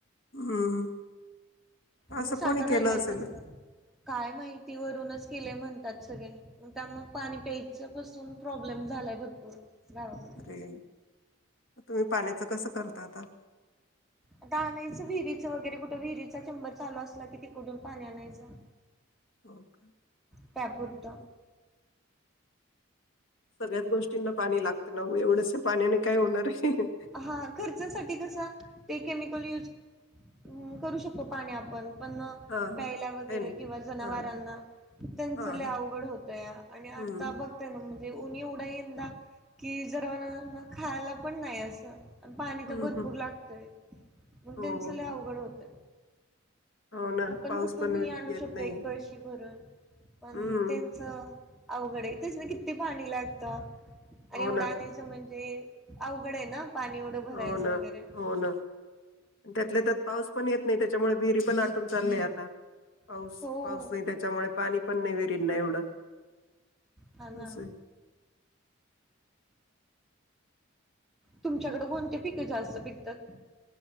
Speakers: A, on the left; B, in the centre.
A: हम्म!
B: मग
A: असं
B: साठा
A: कोणी
B: राहिलाय
A: केलं असेल
B: तसाच, काय माहिती वरूनच केलय म्हणतात सगळे. मग त्यामुळ पाणी प्यायचं पासून प्रॉब्लेम झालाय भरपूर गावाकड.
A: अरे! तुम्ही पाण्याचं कसं करता आता.
B: आता आणायचं विहिरीचं वगैरे कुठं विहिरीचा चेंबर चालू असला कि तिकडून पाणी आणायचं.
A: हो का?
B: ‌प्यापुरत.
A: सगळ्याच गोष्टींना पाणी लागतं नाओ, एवढंस पाण्याने काय होणार आहे‌.
B: हा. खर्चासाठी कस ते केमिकल यूज अं करू शकतो पाणी आपण पणं
A: हां
B: प्यायला
A: हां
B: वगैरे
A: काही नाही.
B: किंवा जनावरांना.
A: हां
B: त्यांच
A: हां
B: लय
A: हां
B: अवघड होतया आणि आता
A: हं,
B: बघ म्हणजे ऊन एवढा आहे यंदा, कि जनावरांना खायला पण नाही असं. आन पाणी
A: हं,
B: तर भरपूर
A: हं.
B: लागतय. म्हणून
A: हो,
B: त्यांच
A: हो.
B: लय अवघड होतय.
A: हो ना
B: आपण
A: पाऊस
B: कुठूनही
A: पण
B: आणू
A: येत
B: शकतो
A: नाही.
B: एक कळशी भरून. पण
A: हं,
B: त्यांच अवघड आहे त्यासनी किती पाणी लागतं‌. आणि
A: हो
B: एवढं
A: ना.
B: आणायचं म्हणजे अवघड आहे ना पाणी एवढं भरायचं
A: हो ना,
B: वगैरे,
A: हो ना. त्यातल्या त्यात पाऊस पण येत नाही, त्याच्यामुळे विहिरी पण आटून चालले आता पाऊस
B: हो
A: पाऊस नाही. त्याच्यामुळे पाणी पण नाही विहिरींना एवढं.
B: हा ना.
A: असं आहे.
B: तुमच्याकड कोणती पिकं जास्त पिकतात.